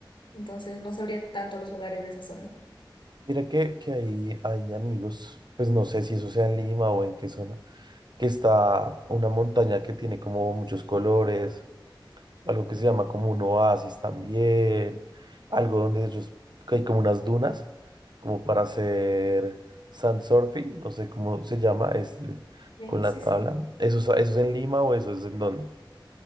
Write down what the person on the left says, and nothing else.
entonces no sabría tanto los lugares de esa zona.
Sí,
sí,
sí.